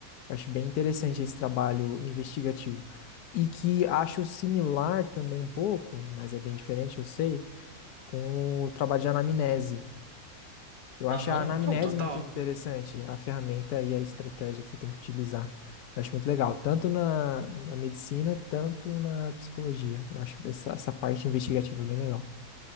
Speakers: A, on the left (about 80°); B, on the right (about 35°).
A: Eu acho bem interessante esse trabalho investigativo. E que acho similar também um pouco, mas é bem diferente, eu sei, com o trabalho de anamnese. Eu
B: Aham,
A: acho a anamnese
B: Não, total.
A: muito interessante, a ferramenta e a estratégia que você tem que utilizar. Eu acho muito legal, tanto na, na medicina, tanto na psicologia. Eu acho essa, essa parte investigativa bem legal.